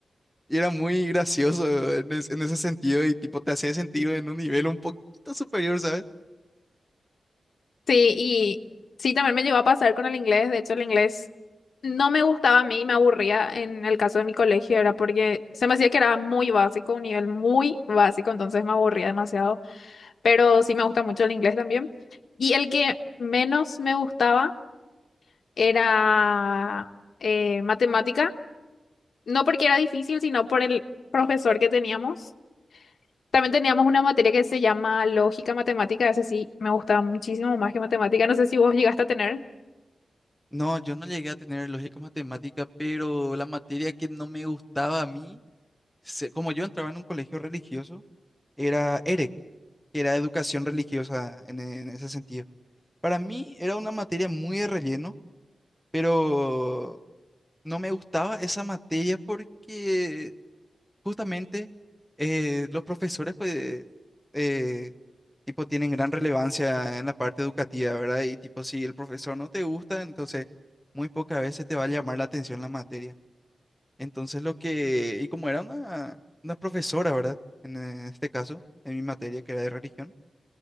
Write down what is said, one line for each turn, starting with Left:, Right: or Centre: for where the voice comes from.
Centre: Y era muy gracioso en, es- en ese sentido y tipo te hacía sentir en un nivel un poquito superior, ¿sabes?
Left: Sí, y sí, también me llegó a pasar con el inglés. De hecho, el inglés no me gustaba a mí, me aburría en el caso de mi colegio, era porque se me hacía que era muy básico, un nivel muy básico, entonces me aburría demasiado. Pero sí me gusta mucho el inglés también. Y el que menos me gustaba era eh, matemática, no porque era difícil, sino por el profesor que teníamos. También teníamos una materia que se llama lógica matemática, ese sí me gustaba muchísimo más que matemática. No sé si vos llegaste a tener.
Centre: No, yo no llegué a tener lógica matemática, pero la materia que no me gustaba a mí, se- como yo entraba en un colegio religioso, era EREC, que era educación religiosa en, en ese sentido. Para mí era una materia muy de relleno, pero no me gustaba esa materia porque justamente eh, los profesores, pues, eh, tipo, tienen gran relevancia en la parte educativa, ¿verdad? Y tipo, si el profesor no te gusta, entonces muy pocas veces te va a llamar la atención la materia. Entonces, lo que, y como era una, una profesora, ¿verdad? En, eh, este caso, en mi materia, que era de religión,